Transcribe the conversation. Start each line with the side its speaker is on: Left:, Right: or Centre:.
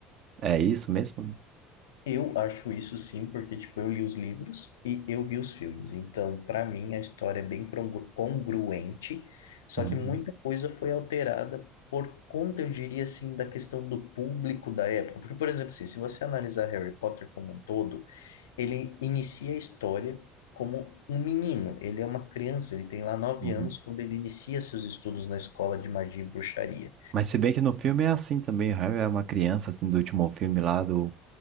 Right: É isso mesmo?
Left: Eu acho isso sim, porque tipo, eu li os livros e eu vi os filmes. Então, para mim, a história é bem congru- congruente, só
Right: Uhum,
Left: que muita coisa foi alterada por conta, eu diria assim, da questão do público da época. Porque, por exemplo, assim, se você analisar Harry Potter como um todo, ele inicia a história como um menino. Ele é uma criança, ele tem lá nove
Right: uhum.
Left: anos quando ele inicia seus estudos na escola de magia e bruxaria.
Right: Mas se bem que no filme é assim também, o Harry é uma criança, assim, do último filme lá, do